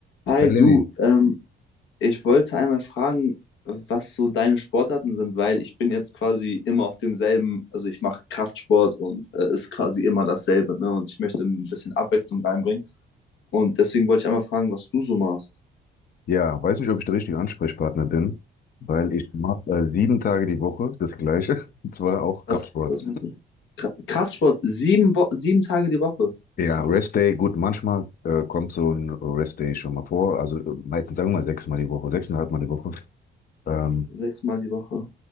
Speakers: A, on the left (about 75°); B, on the left (about 50°).
A: Hi
B: Hey Lenny,
A: du, ähm, ich wollte einmal fragen, was so deine Sportarten sind, weil ich bin jetzt quasi immer auf demselben, also ich mache Kraftsport und äh, ist quasi immer dasselbe, ne? Und ich möchte ein bisschen Abwechslung reinbringen. Und deswegen wollte ich einmal fragen, was du so machst.
B: ja, weiß nicht, ob ich der richtige Ansprechpartner bin, weil ich mache äh, sieben Tage die Woche das Gleiche, <laughs> und zwar auch Kraftsport.
A: Was, was machst du? Kra- Kraftsport, sieben Wo sieben Tage die Woche,
B: Ja, Rest Day, gut, manchmal äh, kommt so ein Rest Day schon mal vor, also äh, meistens sagen wir mal sechsmal die Woche, sechseinhalb Mal die Woche. Ähm,
A: sechsmal die Woche.